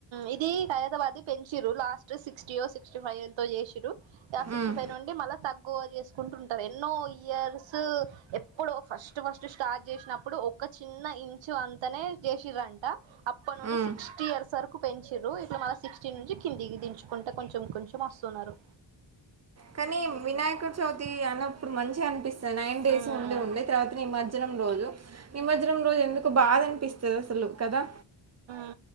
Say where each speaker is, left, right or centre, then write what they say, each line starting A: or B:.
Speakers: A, on the right; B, on the right.
A: ఇది హైదరాబాద్ పెంచిరు లాస్ట్ సిక్స్టీ యొ సిక్స్టీ ఫైవ్ ఎంతో చేసిరు యా సిక్స్టీ
B: ఉమ్
A: ఫైవ్ నుండి మళ్ళీ తగ్గువ చేసుకుంటు ఉంయుంటరు ఎన్నో ఇయర్స్ ఎప్పుడో ఫస్ట్ ఫస్ట్ స్టార్ట్ చేసినప్పుడు ఒక చిన్న ఇంచు అంతనే చేసిరంట అప్పు ప్ప నుండి
B: ఉమ్
A: సిక్స్టీ ఇయర్స్ వరుకు పెంచిరి ఇట్లా మన సిక్స్టీ నుంచి కిందికి దించుకుంటే కొంచెం కొంచెం వస్తున్నారు
B: కానీ వినాయకుడు చవితి అన్నప్పుడు మంచిగా అనిపిస్తుంది నైన్ డేస్
A: మ్
B: ఉండి ఉండి తర్వాత న నిమజ్జనం రోజు నిమజ్జనం రోజు ఎందుకో బాధ అనిపిస్తుంది కదా
A: ఉ